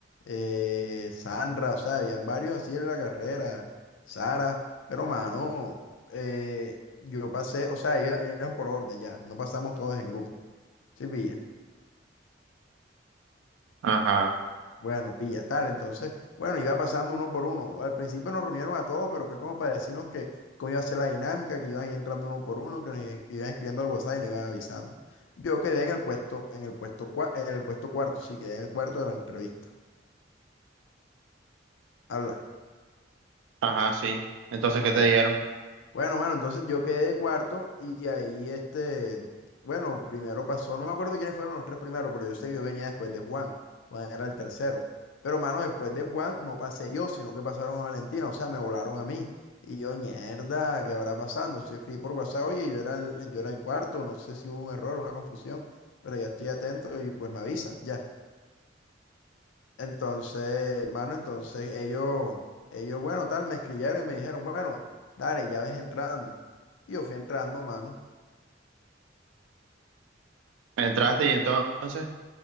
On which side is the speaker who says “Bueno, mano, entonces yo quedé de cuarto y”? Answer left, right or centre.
Left